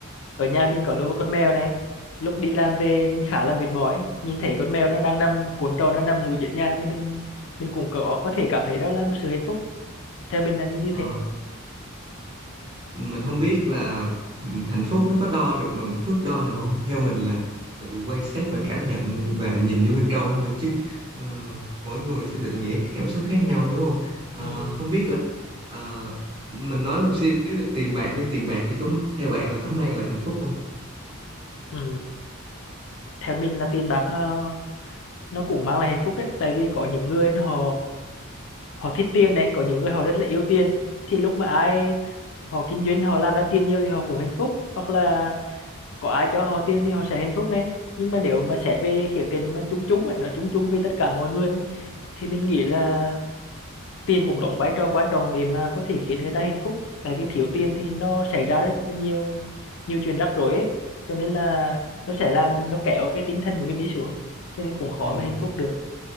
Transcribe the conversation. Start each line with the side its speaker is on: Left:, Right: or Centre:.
Left: ở nhà mình có nuôi một con mèo này lúc đi làm về mình khá là mệt mỏi nhìn thấy con mèo nó đang nằm cuộn tròn nó nằm ngủ giữa nhà thì mình mình cũng có có thể cảm thấy đó là một sự hạnh phúc theo mình là như như
Right: Ờ,
Left: thế
Right: mình không biết là ừ, hạnh phúc nó có đo được bằng cái thước đo nào không theo mình là tự quan sát và cảm nhận và nhìn vô bên trong thôi chứ ờ, mỗi người sẽ định nghĩa cái cảm xúc khác nhau đúng không Ờ,
Left: ừ.
Right: không biết là ờ, mình nói một xíu tiền bạc đi tiền bạc thì có theo bạn là có mang lại hạnh phúc không
Left: Ừ. theo mình là tiền bạc nó nó cũng mang lại hạnh phúc đấy tại vì có những người họ họ thích tiền này có những người họ rất là yêu tiền thì lúc mà ai họ kinh doanh họ làm ra tiền nhiều thì họ cũng hạnh phúc hoặc là có ai cho họ tiền thì họ sẽ hạnh phúc đấy nhưng mà nếu mà xét về khía cạnh mà chung chung ấy nói chung chung về tất cả mọi người luôn thì mình nghĩ là tiền cũng đóng vai trò quan trọng để mà có thể khiến người ta hạnh phúc tại vì thiếu tiền thì nó xảy ra rất là nhiều nhiều chuyện rắc rối ấy. cho nên là nó sẽ làm nó kéo cái tinh thần của mình đi xuống cho nên cũng khó
Right: Ừ,
Left: mà hạnh phúc được